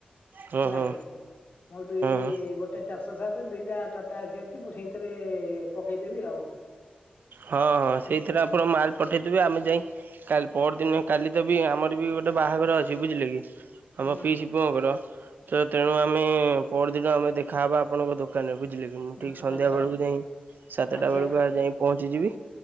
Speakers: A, on the right; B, on the left.
A: ହଁ
B: ହେଲାକି
A: ହଁ
B: ମୋର ଦୁଇଟି
A: ହଁ।
B: ଗୋଟେ ଚାରି ଶହ ସାତ। ତ ଦିଟା ଟଟା ଆ ଅଛି ମୁଁ ସେଇଥିରେ ପକେଇଦେବି ଆଉ।
A: ହଁ ହଁ
B: ହୁଁ
A: ସେଇଥିରେ ଆପଣ ମାଲ୍ ପଠାଇଦେବେ ଆମେ ଯାଇକି କାଲି ପରଦିନ କାଲି ତ ବି ଆମର ବି ଗୋଟେ ବାହାଘର ଅଛି ବୁଝିଲେ କି?
B: ହୁଁ
A: ଆମ ପିଶିପୁଅଙ୍କର ତ ତେଣୁ ଆମେ ପହରଦିନ ଆମେ ଦେଖାହବା ଆପଣଙ୍କ ଦୋକାନରେ। ବୁଝିଲେ କି ମୁଁ
B: ହୁଁ,
A: ଠିକ ସନ୍ଧ୍ୟା
B: ଆଚ୍ଛା
A: ବେଳକୁ ଯାଇ ସାତଟା
B: ଆଚ୍ଛା
A: ବେଳକୁ ଯାଇ ପହଞ୍ଚିଯିବି